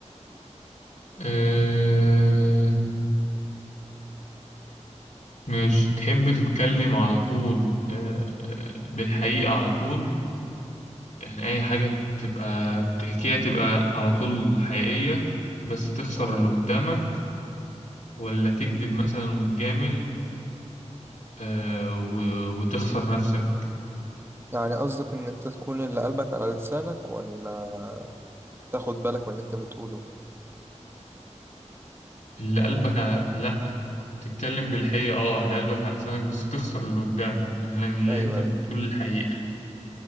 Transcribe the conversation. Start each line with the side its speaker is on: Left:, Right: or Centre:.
Left: آه مش تحب تتكلم على طول آه، آه، بالحقيقة على طول يعني أي حاجة تبقى بتحكيها تبقى على طول حقيقية بس تخسر
Right: تمام
Left: اللي قدامك ولا تكذب مثلا وتجامل آه، و- وتخسر نفسك
Right: يعني قصدك ان انت تكون اللي قلبك على لسانك ولا تاخد بالك من اللي انت بتقوله
Left: اللي قلبك على... لأ تتكلم بالحقيقة اه اللي قلبك على لسانك بس تخسر اللي قدامك لأن اللي
Right: ايوه
Left: انت بتقول
Right: أيوه.
Left: الحقيقة